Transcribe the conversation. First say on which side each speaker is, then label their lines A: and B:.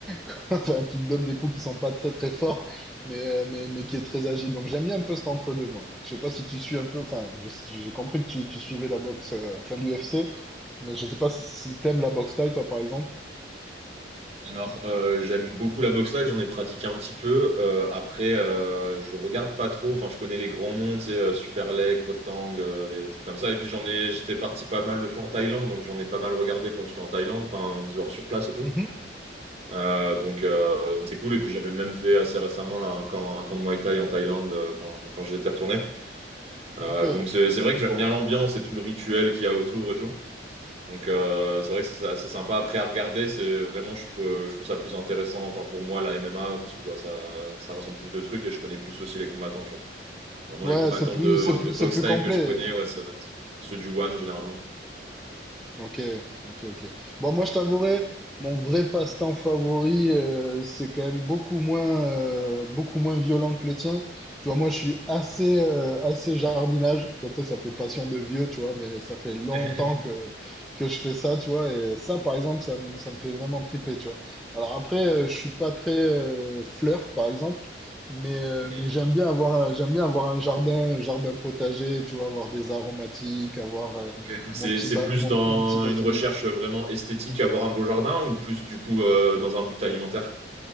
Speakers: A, in the centre; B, on the right (about 35°).
A: <laughs> enfin, qui te donne des coups qui sont pas très très forts, mais, euh, mais, mais qui est très agile. Donc j'aime bien un peu cet entre-deux, moi. Je sais pas si tu suis un peu, enfin, je- j'ai compris que tu, tu suivais la boxe, euh, enfin l'UFC, mais je sais pas si, si t'aimes la boxe thaï, toi, par exemple.
B: Alors, euh, j'aime beaucoup la boxe live, j'en ai pratiqué un petit peu. Euh, après, euh, je regarde pas trop. Enfin, je connais les grands noms, tu sais, euh, Superleg, Rotang, euh, les trucs comme ça. Et puis, j'en ai, j'étais parti pas mal de fois en Thaïlande, donc j'en ai pas mal regardé quand j'étais en Thaïlande, enfin, genre sur place et tout.
A: Mhm.
B: Euh, donc, euh, c'est cool. Et puis, j'avais même fait assez récemment là, un camp, un camp de Muay Thai en Thaïlande euh, quand, quand j'étais retourné. Euh,
A: Ok.
B: donc, c'est c'est vrai que j'aime bien l'ambiance et tout le rituel qu'il y a autour et tout. Donc euh, c'est vrai que c'est assez sympa. Après à regarder, c'est vraiment je trouve je trouve ça plus intéressant. Enfin pour moi la MMA parce que bah, ça ça ressemble plus de trucs et je connais plus aussi les combattants. Tu vois. Vraiment
A: Ouais,
B: les combattants
A: c'est plus,
B: de
A: c'est plus,
B: de
A: c'est
B: boxe
A: plus
B: thaï
A: complet.
B: que je connais, ouais, ça va être ceux du One généralement.
A: Ok, ok, ok. Bon, moi, je t'avouerai, mon vrai passe-temps favori, euh, c'est quand même beaucoup moins, euh, beaucoup moins violent que le tien. Tu vois, moi, je suis assez, euh, assez jardinage. Tu vois, tu sais, ça fait passion de vieux, tu vois, mais ça fait longtemps
B: <laughs>
A: que, que je fais ça, tu vois. Et ça, par exemple, ça me, ça me fait vraiment triper, tu vois. Alors après, euh, je suis pas très euh, fleur, par exemple. Mais, euh,
B: Mhm.
A: mais j'aime bien avoir un, j'aime bien avoir un jardin, un jardin potager, tu vois, avoir des aromatiques, avoir, euh,
B: Ok. Mais c'est
A: mon petit,
B: c'est
A: ba-
B: plus
A: mon,
B: dans
A: mon petit basilic.
B: une recherche vraiment esthétique, avoir un beau jardin ou plus du coup euh, dans un but alimentaire?